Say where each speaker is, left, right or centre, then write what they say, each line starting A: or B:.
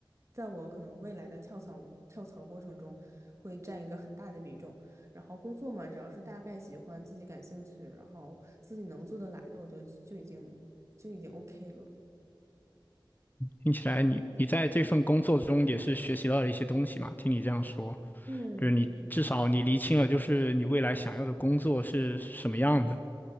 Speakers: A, on the right (about 35°); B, on the left (about 20°).
A: 在我可能未来的跳槽跳槽过程中会占一个很大的比重。然后工作嘛，只要是大概喜欢、自己感兴趣，然后自己能做得来的，我就就已经就已经 OK 了。
B: 听起来你你在这份工作中也是学习到了一些东西嘛，听你这样说。
A: 嗯
B: 就是你至少你厘清了，就是你未来想要的工作是什么样的。